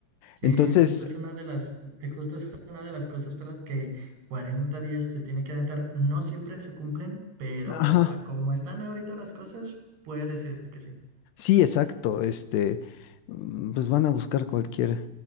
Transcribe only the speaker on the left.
Entonces,
ajá,
sí, exacto. Este, mm, pues van a buscar cualquier,